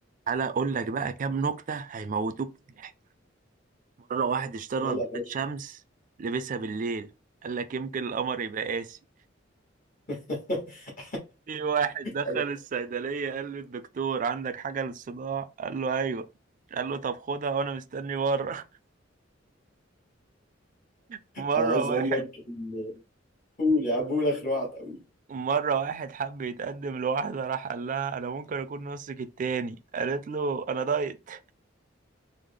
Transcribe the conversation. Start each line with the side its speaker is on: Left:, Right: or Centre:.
Right: تعالى اقول لك بقى كام نكته هيموتوك من الضحك مره واحد اشترى
Left: يلا
Right: نظاره
Left: يا باشا
Right: شمس لبسها بالليل قال لك يمكن القمر يبقى قاسي
Left: <laughs>
Right: في واحد دخل
Left: انا
Right: الصيدليه قال له الدكتور عندك حاجه للصداع قال له ايوه قال له طب خدها وانا مستني بره <laughs> مره
Left: أنا عايز
Right: واحد
Left: اقول لك ان قول يا عم قول اخر واحد قوي
Right: مرة واحد حب يتقدم لواحدة راح قال لها أنا ممكن أكون نصك التاني قالت له أنا دايت